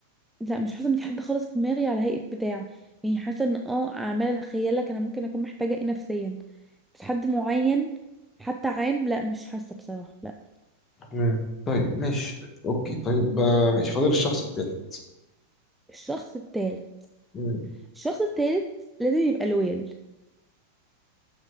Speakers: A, in the centre; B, on the left (about 25°).
A: لا مش حاسه ان في حد خالص في دماغي على هيئه بتاع يعني حاسه ان اه اعمال اتخيلك انا ممكن اكون محتاجه ايه نفسيا بس حد معين حتى عام لا مش حاسه بصراحه لا
B: مم. طيب ماشي طيب اوكي طيب آه، ماشي فاضل الشخص التالت
A: الشخص التالت
B: مم.
A: الشخص التالت لازم يبقى لويال